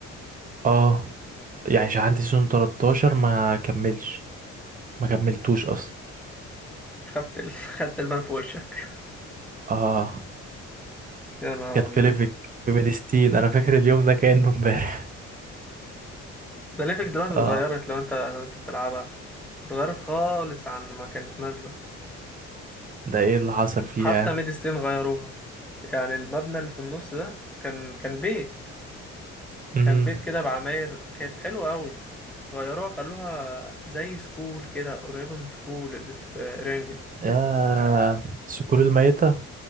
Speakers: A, on the right (about 30°); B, in the centre.
A: اه يعني شحنت سيزون 13 ما كملش ما كملتوش اصلا
B: خدت ال... <laughs> خدت البان في وشك
A: اه
B: يا نهار
A: كانت
B: ابيض
A: في ليفك في ميديستين انا فاكر اليوم ده كأنه امبارح
B: ده ليفك
A: <laughs>
B: دلوقتي اتغيرت
A: اه
B: لو انت لو انت بتلعبها اتغيرت خالص عن ما كانت نازلة
A: ده ايه اللي حصل فيها
B: حتى ميد ستيل غيروها يعني المبنى اللي في النص ده كان كان بيت
A: امم
B: كان بيت كده بعماير كانت حلوة قوي غيروها خلوها زي سكول كده قريبة من سكول اللي في رانجل
A: يا الصقور الميتة